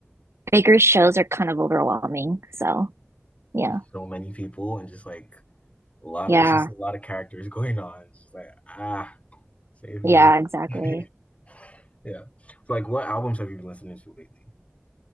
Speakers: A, on the right; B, on the left.
A: bigger shows are kind of overwhelming. So yeah,
B: so many people and just like a lot
A: yeah,
B: of it's just a lot of characters <laughs> going on. It's just like, ah, save me.
A: yeah, exactly.
B: <laughs> Yeah. So, like, what albums have you been listening to lately?